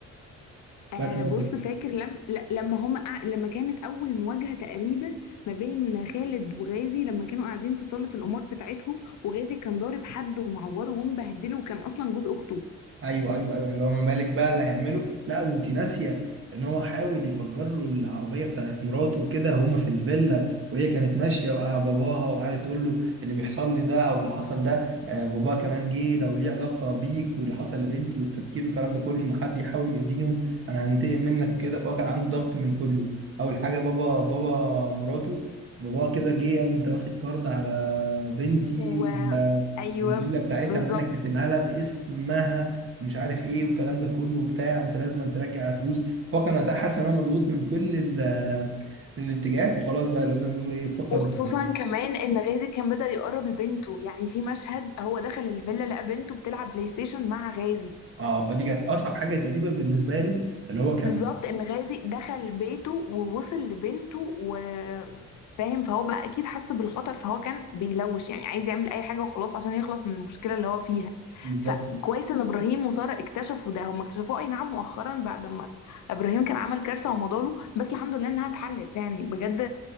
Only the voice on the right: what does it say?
مثلا؟
ايوه ايوه ايوه اللي هو ما بالك بقى اللي هيعمله لا وانت ناسيه ان هو حاول يفجر له العربيه بتاعت مراته وكده هما في الفيلا وهي كانت ماشيه وقع باباها وقعدت تقول له اللي بيحصل لي ده او اللي حصل ده آه باباها كمان جه لو ليه علاقه بيك واللي حصل لبنتي والتفكير والكلام ده كله ان حد يحاول يأذيهم انا هنتقم منك وكده فهو كان عنده ضغط من كله اول حاجه بابا بابا مراته بابا كده جه قال له انت واخد كارد على بنتي
و-
والفيلا بتاعتها
اللي انا كاتبها لها باسمها مش عارف ايه والكلام ده كله وبتاع وانت لازم ترجع فلوس فهو كان وقتها حاسس ان هو مضغوط من كل ال- الاتجاهات وخلاص بقى لازم يقولوا ايه فقد
ال-
اه فدي كانت اصعب حاجه تقريبا بالنسبه له اللي هو كان
بالظبط